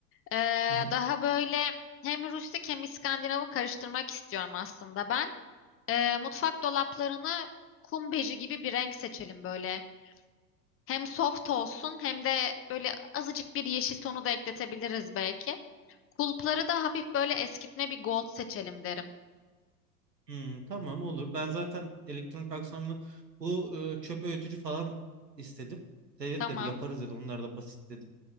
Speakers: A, on the left; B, on the right.
A: Ee,
B: hı hı.
A: daha böyle hem rustik hem İskandinav'ı karıştırmak istiyorum aslında ben. Ee, mutfak dolaplarını kum beji gibi bir renk seçelim böyle. Hem soft olsun hem de böyle azıcık bir yeşil tonu da ekletebiliriz belki. Kulpları da hafif böyle eskitme bir gold seçelim derim.
B: Hmm, tamam olur. Ben zaten elektronik aksamını bu e, çöp öğütücü falan istedim. Evet
A: Tamam.
B: dedi yaparız dedi onlar da basit dedi.